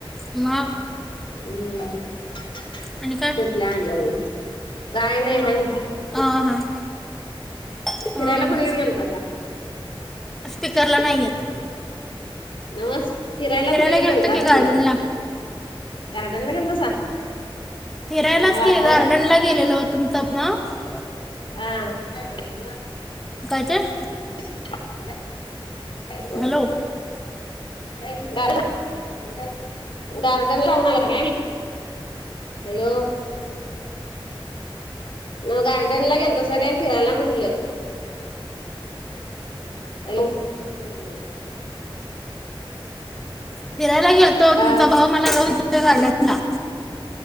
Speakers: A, in the centre; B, on the left.
A: मग?
B: ह्म, त्यातल
A: आणि काय
B: आणलेली, काय नही बाई.
A: अं हं, ह्म
B: फिरायला कुणीकडे
A: <inaudible>
B: गेलतासा?
A: स्पीकरला नाही येत,
B: नवस
A: फिरायला
B: कुणीकडे
A: गेलत
B: गेलता
A: की,
B: म्हटलं?
A: गार्डनला.
B: गार्डनला, गेलतासा?
A: फिरायलाच
B: मग वातावरण
A: की, गार्डन ला गेलेलो, तुमचा अं?
B: आं. <unintelligible>
A: काय-काय?
B: <inaudible>
A: Hello
B: <unintelligible> garden <unintelligible> hello? म गार्डनला गेलतो, सगळे फिरायले म्हनले? <inaudible> हॅलो? <inaudible>
A: फिरायला गेलतो,
B: अ
A: तुमचा भाऊ, मला रोज <unintelligible> गार्डनला.